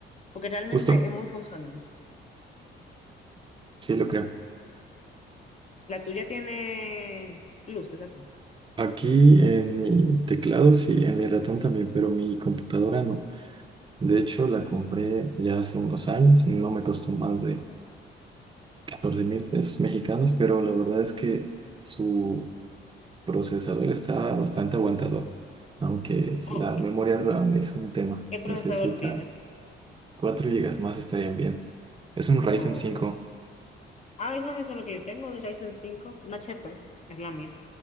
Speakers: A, on the left; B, on the right.
A: porque realmente
B: justo,
A: es muy funcional.
B: sí lo creo.
A: La tuya tiene luces así.
B: Aquí en mi teclado, sí, en mi ratón también, pero mi computadora no. De hecho, la compré ya hace unos años, no me costó más de catorce mil pesos mexicanos, pero la verdad es que su procesador está bastante aguantador, aunque
A: Oh,
B: la
A: ok.
B: memoria RAM es un tema,
A: ¿Qué procesador
B: necesita
A: tienes?
B: 4 gigas más estarían bien. Es un Ryzen
A: Oh.
B: cinco.
A: Ah, esa misma es la que yo tengo de Ryzen cinco una H P es la mía,